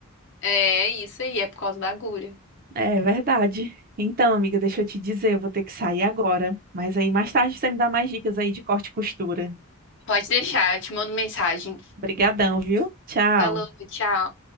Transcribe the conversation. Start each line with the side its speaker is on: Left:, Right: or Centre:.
Left: é, é isso aí, é por causa da agulha.
Right: É é verdade. Então, amiga, deixa eu te dizer, eu vou ter que sair
Left: Hum.
Right: agora. Mas aí mais tarde você me dá mais dicas aí de corte e costura.
Left: Pode deixar, eu te mando mensagem.
Right: Obrigadão, viu? Tchau.
Left: Falou, tchau.